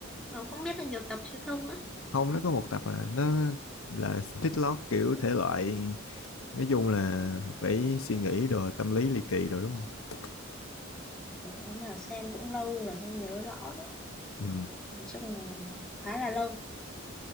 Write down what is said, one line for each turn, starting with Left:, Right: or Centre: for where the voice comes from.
Centre: Ờ, không biết là nhiều tập hay không nữa
Left: không nó có một tập à, nó là split lock kiểu thể loại nói chung là phải suy nghĩ đồ tâm lý ly kỳ đồ đúng không?
Centre: Ủa, mà xem cũng lâu rồi không nhớ rõ nữa
Left: Ừm.
Centre: nói chung là khá là lâu